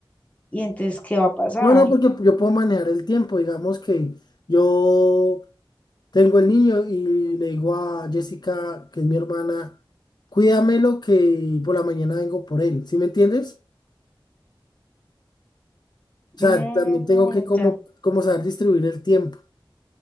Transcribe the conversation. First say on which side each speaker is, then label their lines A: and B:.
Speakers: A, on the left; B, on the left.
A: y entonces, ¿qué va a pasar?
B: No, no, porque yo puedo manejar el tiempo. Digamos que yo tengo el niño y le digo a Jessica, que es mi hermana, cuídamelo que por la mañana vengo por él. ¿Sí me entiendes? O sea,
A: Mm,
B: también tengo que como,
A: ya.
B: como saber distribuir el tiempo.